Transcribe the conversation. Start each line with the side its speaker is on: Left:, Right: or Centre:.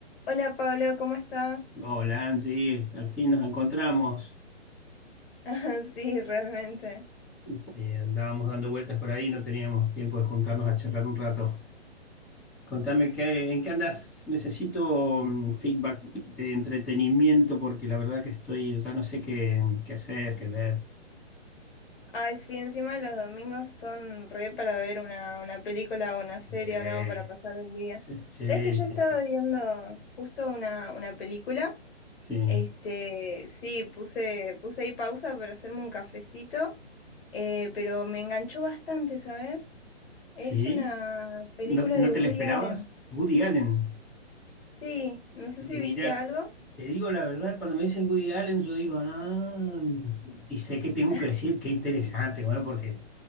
Left: Hola Pablo, ¿cómo estás?
Centre: Hola Angie, al fin nos encontramos.
Left: <laughs> Ah, Sí, realmente.
Centre: Sí, andábamos dando vueltas por ahí, no teníamos tiempo de juntarnos a charlar un rato. Contame qué, en qué andas. Necesito mm, feedback de entretenimiento porque la verdad que estoy, ya no sé qué, qué hacer, qué ver.
Left: Ay, sí, encima los domingos son re para ver una, una película o una serie
Centre: Eh,
Left: o no, para pasar el día.
Centre: sí, sí,
Left: ¿Sabes que yo
Centre: sí,
Left: estaba
Centre: sí.
Left: viendo justo una, una película?
Centre: Sí.
Left: Este, sí, puse, puse ahí pausa para hacerme un cafecito, eh, pero me enganchó bastante, ¿sabes?
Centre: ¿Sí?
Left: Es una película
Centre: ¿No, no
Left: de
Centre: te
Left: Woody
Centre: la esperabas?
Left: Allen.
Centre: Woody Allen.
Left: Sí, no sé
Centre: Mira,
Left: si viste algo.
Centre: te digo la verdad, cuando me dicen Woody Allen, yo digo, ah, y sé que tengo
Left: <laughs>
Centre: que decir qué interesante, bueno, porque